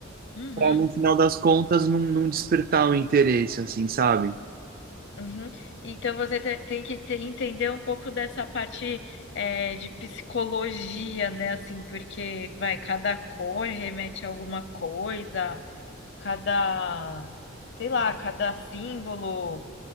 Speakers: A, on the left; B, on the right.
A: Uhum,
B: Para no final das contas não, não despertar o interesse, assim, sabe?
A: uhum. Então você te- tem que te- entender um pouco dessa parte é, de psicologia, né? Assim, porque vai, cada cor remete a alguma coisa. cada, sei lá, cada símbolo